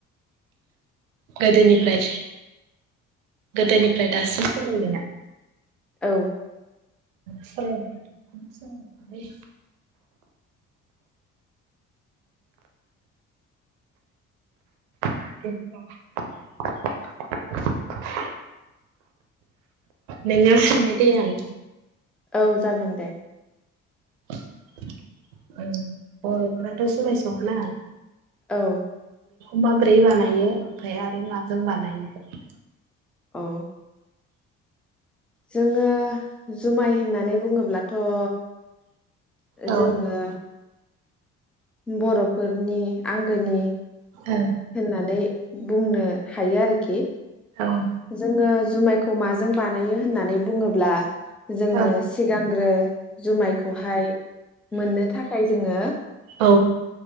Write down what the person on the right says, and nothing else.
गोदोनिफ्राय गोदोनिफ्राय दासिम सोलायनाया
सोलायनायाथ' बिदिनो सोलायबाय। <inaudible> नोंनियाव सोंनिदै आं
<unintelligible> ओ बर'फोराथ' समाय सङोना
माब्रै बानायो ओमफाय आरो माजों बानायो?
औ
ओब
औ
औ
औ